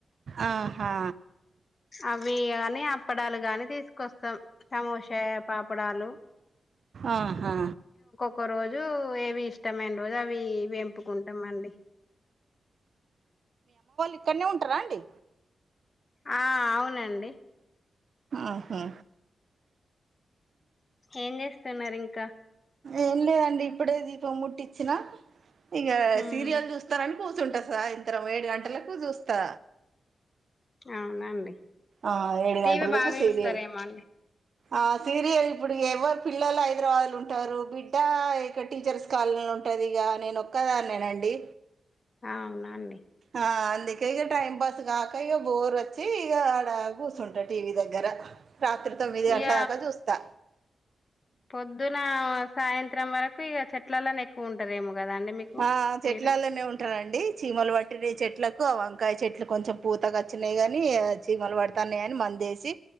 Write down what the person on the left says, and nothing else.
అవి కాని అప్పడాలు గాని తీసుకొస్తాం సమోసా పాపడాలు
ఒక రోజు ఏవి ఇష్టమేం రోజు అవి వంపుకుంటాం అండి
ఆ అవునండి
ఏం చేస్తున్నారు ఇంకా
ఉమ్
అవునండి
టీవీ బాగా
చూస్తారేమో అండి
అవునాండి
ఇగ
పొద్దున సాయంత్రం వరకు ఇక చెట్లలోనే ఎక్కువ ఉంటారేమో కదా అండి మీకు
మీరు